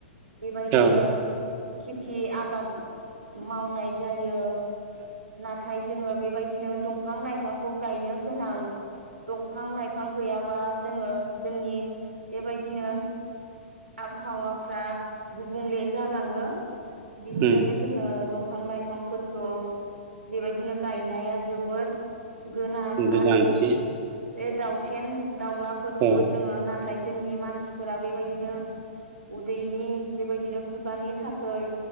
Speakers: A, on the right; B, on the right.
A: बेबायदिनो
B: औ
A: खि थि आबाद मावनाय जायो। नाथाय जोङो बे बायदिनो दंफां लाइफांखौ गायनो गोनां दंफां लाइफां गैयाबा जोङो जोंनि बेबायदिनो आबहावाफ्रा गुबुंले जालाङो बिनिखायनो
B: उम
A: जोङो दंफां लाइफांफोरखौ बेबायदिनो गायनाया जोबोर गोनां
B: गोनांथि
A: आरो बे दाउसेेन दाउलाफोरखौबो
B: औ
A: जोङो ना नाथाय जोंनि मानसिफोरा बेबायदिनो उदैनि बेबायदिनो खुगानि थाखाय